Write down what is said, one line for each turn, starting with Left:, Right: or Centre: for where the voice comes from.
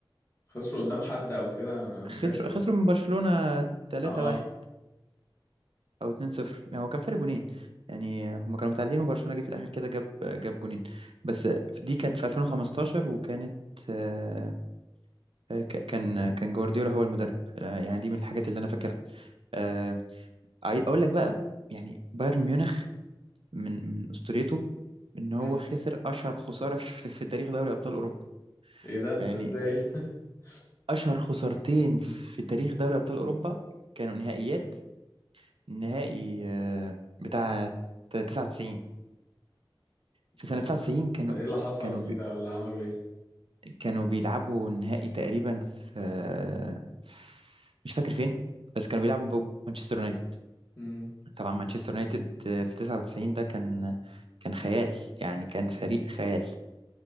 Left: خسروا قدام حد او كده انا مش
Right: خسروا
Left: فاكر
Right: خسروا
Left: أوي
Right: من برشلونة 3-1
Left: اه
Right: او 2-0 يعني هو كان فرق جونين يعني هما كانوا متعادلين وبرشلونة جه في الاخر كده جاب جاب جونين بس دي كانت في 2015 وكانت آه، آه، ك- كان كان جوارديولا هو المدرب آه، يعني دي من الحاجات اللي انا فاكرها آه، عاي- اقول لك بقى يعني بايرن ميونخ من من اسطوريته ان هو
Left: مم.
Right: خسر اشهر خسارة <laughs> في, في تاريخ دوري ابطال اوروبا
Left: ايه ده
Right: يعني
Left: ده ازاي <laughs>
Right: اشهر خسارتين
Left: مم.
Right: في تاريخ دوري ابطال اوروبا كانوا نهائيات النهائي آه، بتاع 99 في
Left: ده
Right: سنة 99 كانوا
Left: ده ايه اللي حصل
Right: كانوا
Left: فيه
Right: بي
Left: ده ولا عملوا ايه
Right: كانوا بيلعبوا النهائي تقريبا في آه، مش فاكر فين بس كانوا بيلعبوا بمانشستر يونايتد
Left: امم
Right: طبعا مانشستر يونايتد آه، في 99 ده كان كان خيال يعني كان فريق خيال